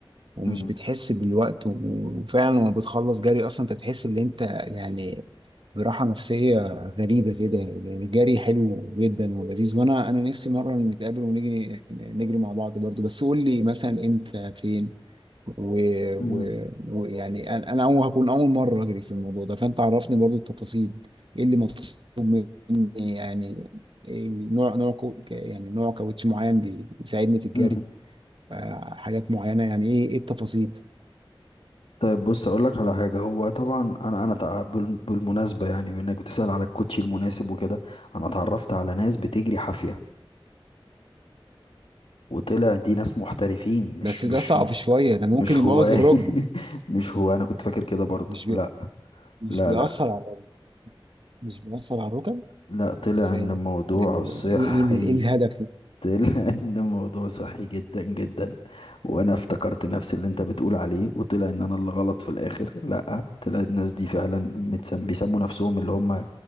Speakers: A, on the right (about 60°); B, on the left (about 75°).
A: ومش
B: مم،
A: بتحس بالوقت و- وفعلا لما بتخلص جري اصلا انت بتحس ان انت يعني براحة نفسية غريبة كده يعني الجري حلو جدا ولذيذ وانا انا نفسي مرة نتقابل ونجري نجري مع بعض برضو بس قول لي مثلا امتى فين ويعني و...
B: مم،
A: و... ويعني انا انا أول هكون اول مرة اجري في الموضوع ده فانت عرفني برضو التفاصيل ايه اللي مطلوب مني يعني إيه نوع نوع كو... يعني نوع كاوتش معين بيساعدني في الجري
B: مم.
A: آه، حاجات معينة يعني ايه ايه التفاصيل
B: طيب بص اقول لك على حاجة هو طبعا انا انا تع- بال- بالمناسبة يعني بانك بتسأل على الكوتشي المناسب وكده انا اتعرفت على ناس بتجري حافية وطلع دي ناس محترفين مش
A: بس
B: مش
A: ده صعب
B: م-
A: شوية ده ممكن
B: مش
A: يبوظ
B: هو <laughs>
A: الركبة
B: مش هو انا كنت فاكر كده برضو
A: مش بي...
B: لا
A: مش
B: لا
A: بيأثر
B: لا
A: على مش بيأثر على الركب
B: لا طلع
A: ازاي
B: ان
A: بقى
B: الموضوع
A: يعني
B: صحي
A: ايه ايه ال- ايه الهدف
B: <laughs> لأن الموضوع صحي جدا جدا وأنا افتكرت نفس اللي أنت بتقول عليه وطلع إن أنا اللي غلط في الآخر لأ طلع الناس دي فعلا متسم بيسموا نفسهم اللي هم